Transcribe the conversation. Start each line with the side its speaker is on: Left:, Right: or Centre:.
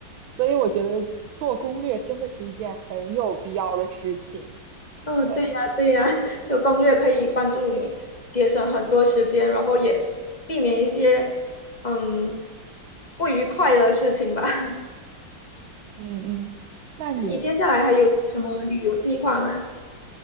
Right: 所以我觉得做攻略真的是一件很有必要的事情。
Left: 嗯，
Right: 对，
Left: 对呀对呀，<laughs> 就攻略可以帮助你节省很多时间，然后也避免一些嗯不愉快的事情吧。<laughs>
Right: 嗯嗯，那你
Left: 那你接下来还有什么旅游计划吗？